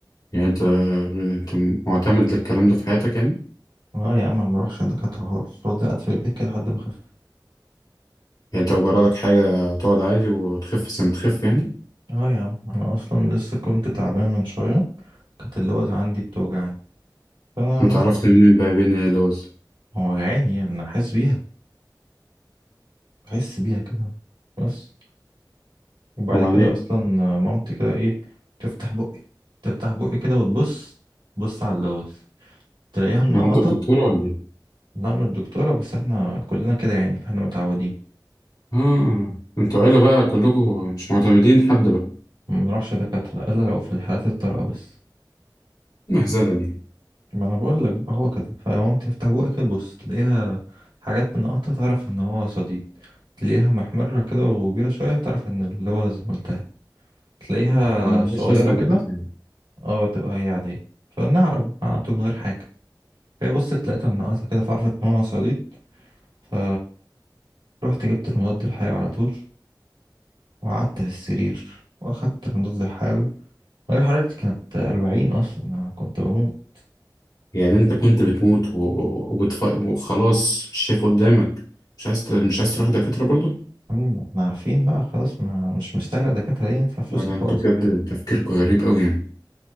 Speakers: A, on the left (about 55°); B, on the right (about 80°).
A: يعني انت انت معتمد للكلام ده في حياتك يعني
B: اه يا عم ما بروحش الدكاترة خالص رد قاعد في البيت كده لحد ما اخف
A: يعني انت مجردك حاجة تقعد عادي وتخف زي ما تخف يعني
B: اه يا عم انا اصلا لسه كنت تعبان من شويه كانت اللي هو عندي بتوجعني فانا
A: وتعرفت
B: عملت
A: منين بقى بين اللوز
B: هو وجعاني يعني انا حاسس بيها بحس بيها كده بس وبعد
A: وبعدين
B: كده اصلا مامتي كده ايه تفتح بقي تفتح بقي كده وتبص بص على اللوز تلاقيها منقطه
A: هو انت الدكتورة ولا ايه؟
B: لا من الدكتوره بس احنا كلنا كده يعني فاحنا متعودين
A: اه انتوا عيلة بقى كلكم مش معتمدين حد بقى
B: ما بنروحش دكاتره الا لو في الحالات الطارئه بس
A: المهزلة دي
B: ما انا بقول لك بقى هو كده فمامتي تفتح بقي كده تبص تلاقيها حاجات منقطه تعرف ان هو صديد تلاقيها محمرة كده وكبيرة شوية تعرف ان اللوز ملتهب تلاقيها
A: ملهاش
B: صغيرة
A: لازمة
B: كده
A: دكاترة
B: اه تبقى هي عادية فبنعرب على طول من غير حاجة فهي بصت لقيتها منقطة كده فعرفت ان هو صديد ف رحت جبت المضاد الحيوي على طول وقعدت في السرير واخدت المضاد الحيوي درجة حرارتي كانت أربعين أصلا أنا كنت بموت
A: يعني انت كنت بتموت و... وبتف... وخلاص مش شايف قدامك مش عايز ت... مش عايز تروح دكاترة برضو
B: عم- احنا عارفين بقى خلاص ما مش مستاهلة الدكاترة دي ندفع فلوس
A: لا لا
B: على الفاضي
A: انتوا بجد تفكيركم غريب قوي يعني